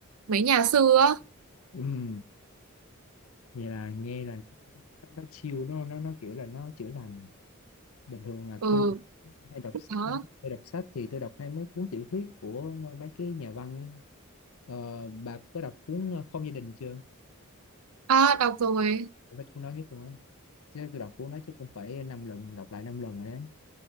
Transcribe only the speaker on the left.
Ừm, vậy là nghe là nó, nó chill nó nó nó kiểu là nó chữa lành bình thường là
tôi cũng hay đọc
hay đọc sách thì tôi đọc hay mấy cuốn tiểu thuyết của mấy cái nhà văn ấy. Ờ, bà có đọc cuốn ờ, Không gia đình chưa
Tôi cuốn nói chứ luôn á chứ tôi đọc cuốn đó chứ cũng phải năm lần đọc lại năm lần rồi đấy